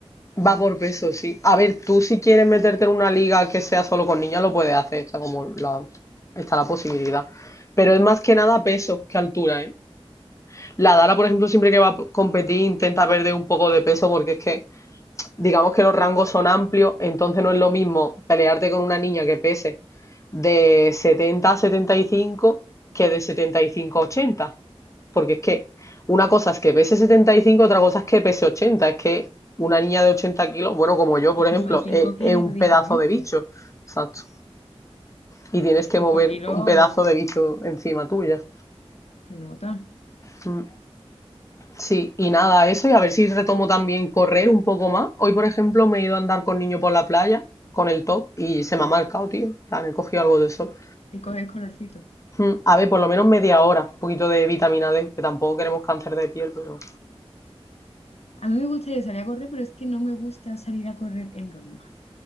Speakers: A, on the left (about 30°); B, on the left (about 75°).
A: Va por peso, sí. A ver, tú si quieres meterte en una liga que sea solo con niñas, lo puedes hacer, está como la, está la posibilidad. Pero es más que nada peso que altura, ¿eh? La Dala, por ejemplo, siempre que va a competir intenta perder un poco de peso porque es que digamos que los rangos son amplios, entonces no es lo mismo pelearte con una niña que pese de 70 a 75 que de 75 a 80. Porque es que una cosa es que pese 75, otra cosa es que pese 80. Es que una niña de 80 kilos, bueno, como yo, por
B: Es que
A: ejemplo,
B: son 5
A: es,
B: kilos
A: es un
B: de diferencia.
A: pedazo de bicho. Exacto. Y tienes
B: Que
A: que mover
B: 5 kilos
A: un pedazo de bicho encima tuya.
B: se nota.
A: Mm. Sí, y nada, eso, y a ver si retomo también correr un poco más. Hoy, por ejemplo, me he ido a andar con niño por la playa, con el top, y se me ha marcado, tío. En plan, he cogido algo de sol.
B: Y coges colorcito.
A: Mm, A ver, por lo menos media hora, un poquito de vitamina D, que tampoco queremos cáncer de piel, pero...
B: A mí me gustaría salir a correr, pero es que no me gusta salir a correr en Roma.